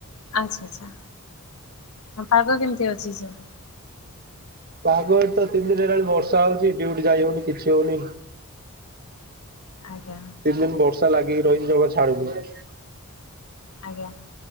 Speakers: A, on the left; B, on the right.
A: ଆଚ୍ଛା ଆଚ୍ଛା ହଁ ପାଗ କେମିତି ଅଛି ସାର୍?
B: ପାଗ ତ ତିନି ଦିନ ହେଲାଣି ବର୍ଷା ହଉଛି ଡିଉଟି ଯାଇ ହଉନି କିଛି ହଉନି।
A: ଆଜ୍ଞା।
B: ତିନି ଦିନ ବର୍ଷା ଲାଗିକି ରହିଚି ଜମା ଛାଡ଼ୁନି।
A: ଆଜ୍ଞା।